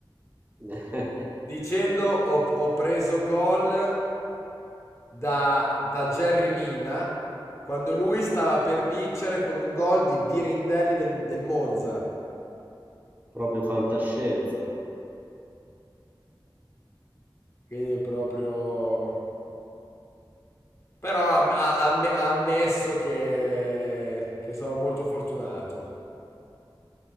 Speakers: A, on the right (about 20°); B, on the left (about 30°).
A: <laughs>
B: Dicendo: Ho, ho preso gol da, da Jerry Mina quando lui stava per vincere con un gol di Birindelli del, del Monza.
A: Proprio fantascienza.
B: Quindi è proprio. Però ha, ha- ha amme- ha ammesso che, che sono molto fortunato.